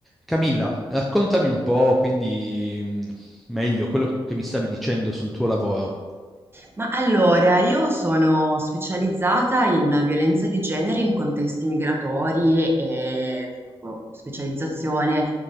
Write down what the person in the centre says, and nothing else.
Camilla, raccontami un po', quindi mh, meglio quello che mi stavi dicendo sul tuo lavoro.